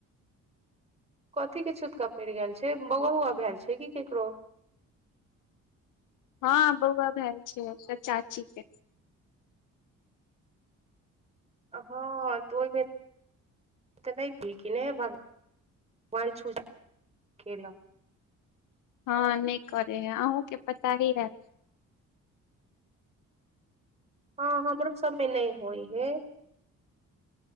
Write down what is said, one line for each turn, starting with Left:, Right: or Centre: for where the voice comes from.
Right: कथि के छूतका पड़ि गेल छै बौआ उौआ भाएल छै की केकरो
Left: हँ बौआ भाएल छै चाची के
Right: हँ तऽ ओहिमे तऽ नहि <unintelligible> हे भगवान भगवान छू केलक
Left: हँ नहि करै हइ अहूँके पता ही हायत
Right: हँ हमरो सभमे नहि होइ हइ